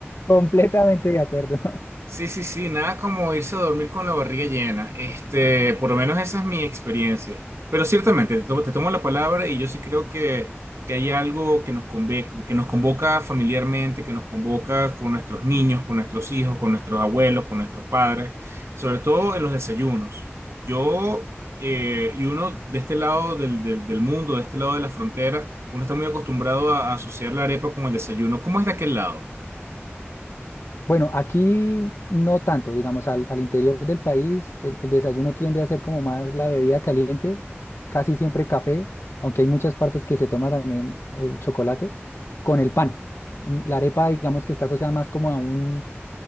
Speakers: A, on the left; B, on the right.
A: Completamente de acuerdo.
B: Sí, sí, sí, nada como irse a dormir con la barriga llena. Este, por lo menos esa es mi experiencia. Pero ciertamente, te, to- te tomo la palabra y yo sí creo que, que hay algo que nos conve- que nos convoca familiarmente, que nos convoca con nuestros niños, con nuestros hijos, con nuestros abuelos, con nuestros padres, sobre todo en los desayunos. Yo eh, y uno de este lado del, del, del mundo, de este lado de la frontera, uno está muy acostumbrado a, a asociar la arepa con el desayuno. ¿Cómo es de aquel lado?
A: Bueno, aquí no tanto, digamos, al, al interior del país el, el desayuno tiende a ser como más la bebida caliente, casi siempre café, aunque hay muchas partes que se toma también el chocolate, con el pan. Mm, La arepa, digamos que está asociada más como a un,